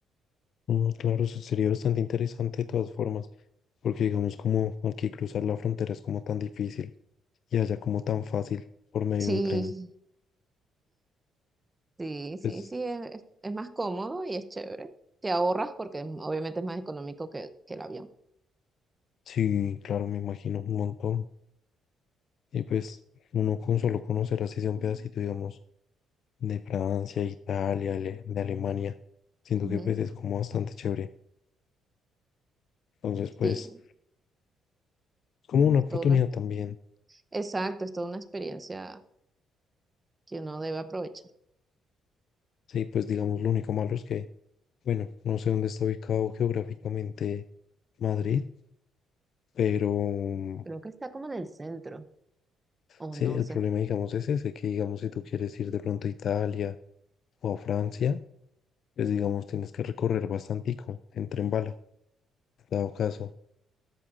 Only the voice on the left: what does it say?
Mm, claro, eso sería bastante interesante de todas formas, porque digamos como aquí cruzar la frontera es como tan difícil y allá como tan fácil por medio
de un tren.
Pues
sí, claro, me imagino un montón. Y pues uno con solo conocer así sea un pedacito, digamos, de Francia, Italia, Ale- de Alemania, siento
que pues es como bastante chévere. Entonces pues
es como una oportunidad
también.
Sí, pues digamos lo único malo es que, bueno, no sé dónde está ubicado geográficamente Madrid, pero mm,
sí,
el
problema digamos es ese, que digamos si tú quieres ir de pronto a Italia o a Francia, pues digamos tienes que recorrer bastantico en tren bala, dado caso.